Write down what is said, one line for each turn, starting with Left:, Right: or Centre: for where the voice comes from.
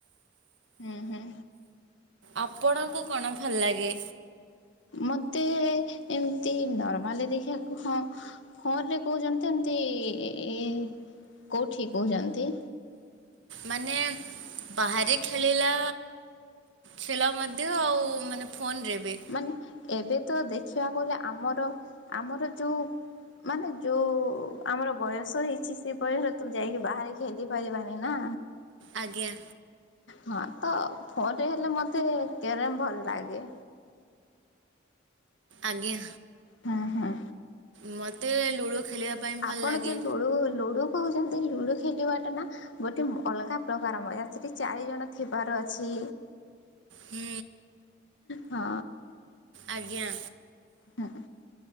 Left: ହୁଁ ହୁଁ।
Right: ଆପଣଙ୍କୁ କଣ ଭଲ ଲାଗେ?
Left: ମତେ ଏମିତି ନର୍ମାଲିରେ ଦେଖିବାକୁ ହଁ ଫୋନରେ କହୁଛନ୍ତି ଏମିତି କୋଉଠି କହୁଛନ୍ତି?
Right: ମାନେ ବାହାରେ ଖେଳିଲା ଖେଳ ମଧ୍ୟ ଆଉ ମାନେ ଫୋନରେ ବି
Left: ମାନେ ଏବେ ତ ଦେଖିବାକୁ ଗଲେ ଆମର ଆମର ଯୋଉ ମାନେ ଯୋଉ ଆମର ବୟସ ହେଇଛି ସେ ବୟସରେ ତୁ ଯାଇକି ବାହାରେ ଖେଲି ପାରିବାନି ନା।
Right: ଆଜ୍ଞା।
Left: ହଁ ତ ଫୋନରେ ହେଲେ ମତେ କ୍ୟାରମ ଭଲ ଲାଗେ।
Right: ଆଜ୍ଞା।
Left: ହଁ ହଁ।
Right: ମତେ ଲୁଡୁ ଖେଳିବା ପାଇଁ ଭଲ
Left: ଆପଣ
Right: ଲାଗେ।
Left: ଯୋଉ ଲୁଡୁ ଲୁଡୁ କହୁଛନ୍ତି ଲୁଡୁ ଖେଲିବାଟା ନା ଗୋଟେ ଅଲଗା ପ୍ରକାର ମଜା ସେଠି ଚାରି ଜଣ ଥିବାର ଅଛି।
Right: ହୁଁ।
Left: ହଁ।
Right: ଆଜ୍ଞା।
Left: ହୁଁ।